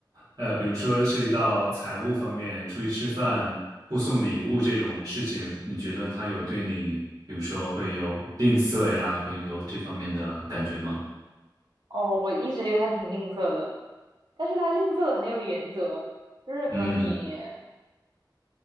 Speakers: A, on the right; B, on the right.
A: 呃，比如说涉及到财务方面，出去吃饭、互送礼物这种事情，你觉得他有对你，比如说会有吝啬呀，会有这方面的感觉吗？
B: 哦，我一直觉得他挺吝啬的，但是他吝啬的很有原则，就是可能你
A: 嗯